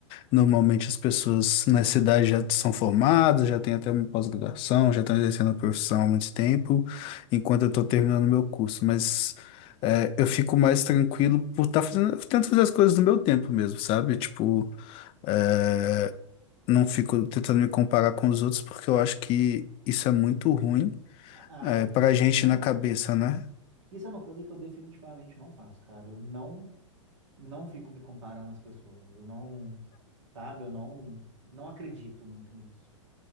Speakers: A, on the left (about 35°); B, on the right (about 65°).
A: Normalmente as pessoas na cidade já são formadas, já têm até uma pós-graduação, já estão exercendo a profissão há muito tempo, enquanto eu estou terminando meu curso, mas... é, eu fico mais tranquilo por estar fazendo, tento fazer as coisas no meu tempo mesmo, sabe? Tipo, é, não fico tentando me comparar com os outros, porque eu acho que isso é muito ruim,
B: ah,
A: é,
B: ai,
A: pra gente
B: isso é
A: na
B: uma,
A: cabeça, né?
B: isso é uma coisa que eu definitivamente não faço, cara. Eu não, não fico me comparando às pessoas. Eu não, sabe, eu não, não acredito muito nisso.